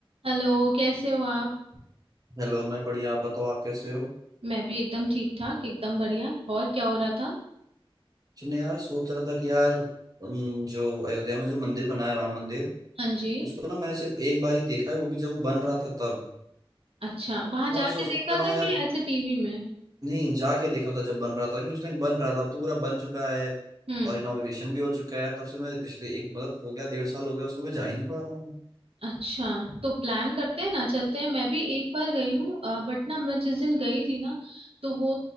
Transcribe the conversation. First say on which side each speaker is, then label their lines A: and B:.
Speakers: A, on the right; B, on the right.
A: Hello कैसे हो आप
B: Hello मैं बढ़िया आप बताओ आप कैसे हो
A: मैं भी एकदम ठीक ठाक एकदम बढ़िया और क्या हो रहा था
B: चलिए यार सोच रहा था कि यार उम, जो अयोध्या में जो मंदिर बना है राम मंदिर
A: हाँ जी
B: उसको ना मैंने सिर्फ एक बार ही देखा है वो भी जब वो बन रहा था तब
A: अच्छा वहां
B: मैं
A: जाके
B: वही सोच
A: देखा
B: रहा
A: था
B: हूँ यार
A: कि ऐसे टीवी में
B: नहीं जाके देखा था जब बन रहा था लेकिन उस टाइम बन रहा था अब तो पूरा बन चुका है
A: हम्म
B: और इनॉग्रेशन भी हो चुका है तब से मैं पिछले एक मतलब हो गया डेढ़ साल हो गया उसको मैं जा ही नहीं पा रहा हूँ
A: अच्छा तो प्लान करते हैं ना चलते हैं मैं भी एक बार गई हूँ बट ना मैं जिस दिन गई थी ना तो वो